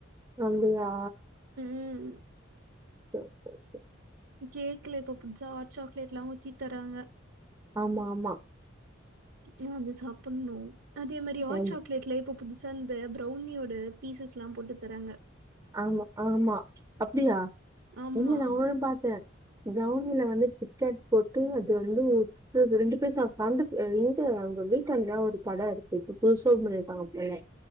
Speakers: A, on the right (about 15°); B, on the right (about 65°).
A: அங்கையா
B: ம்
A: ஓகே ஓகே
B: கேக்ல இப்ப புச்சா ஹாட் சாக்லேட்லா ஊத்தி தராங்க
A: ஆமா ஆமா
B: ஆ அது சாப்புட்னு அதே மாரி ஹாட்
A: என்
B: சாக்லேட்லே இப்போ புதுசா இந்த ப்ரௌனியோட பீசஸ்லா போட்டுத் தராங்க
A: ஆமா ஆமா அப்டியா
B: ஆமா
A: இல்ல நானு பாத்த ப்ரௌனில வந்து கிட் கேட் போட்டு அது வந்து இல்ல இது ரெண்டு பேர் சாப்லான்டு ஆ எங்க அவுங்க வீட்டாண்ட ஒரு கட இருக்கு இப்ப புதுசா ஓப்பன் பண்ணிருக்காங்க போல